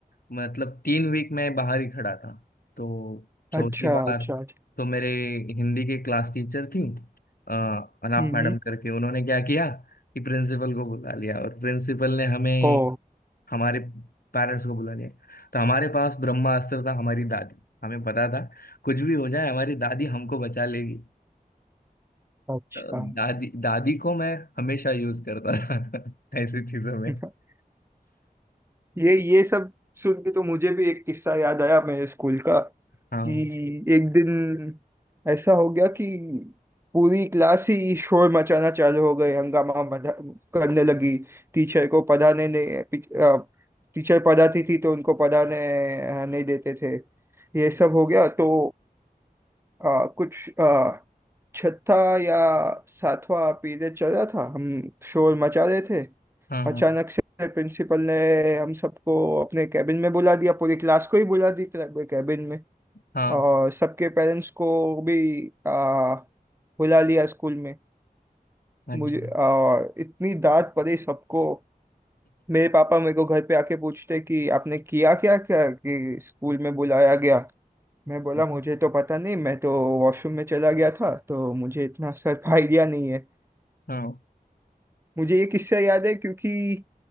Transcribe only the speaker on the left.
मतलब तीन वीक मैं बाहर ही खड़ा था तो चौथी
बार
तो मेरे हिंदी के क्लास टीचर थी अ, अनाप
मैडम
करके उन्होंने क्या किया कि प्रिंसिपल को बुला लिया और प्रिंसिपल ने हमें
हमारे पेरेंट्स को बुला लिया तो हमारे पास ब्रह्मास्त्र था हमारी दादी हमें पता था कुछ भी हो जाए हमारी दादी हमको बचा लेगी
तो दादी दादी को मैं हमेशा यूज करता था <laughs> ऐसी चीजों में
हाँ
हाँ
हाँ
हाँ,
अच्छा
<laughs>
हाँ